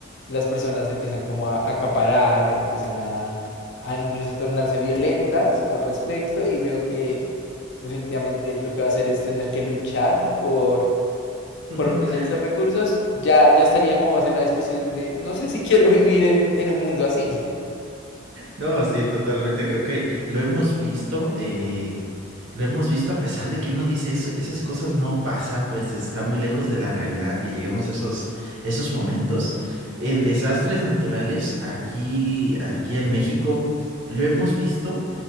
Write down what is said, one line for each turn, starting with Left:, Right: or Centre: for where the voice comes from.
Left: las personas empiezan como a acaparar, empiezan a, a incluso tornarse violentas al respecto y veo que definitivamente lo que va a hacer es tener que luchar por
Right: <laughs>
Left: por obtener esos recursos, ya, ya estaría como más en la disposición de, no sé si quiero <laughs> vivir en, en un mundo así.
Right: No, sí, totalmente. Creo que lo hemos visto, eh, lo hemos visto a pesar de que uno dice eso, esas cosas no pasan, pues está muy lejos de la realidad que lleguemos a esos, esos momentos. En desastres naturales, aquí, aquí en México, lo hemos visto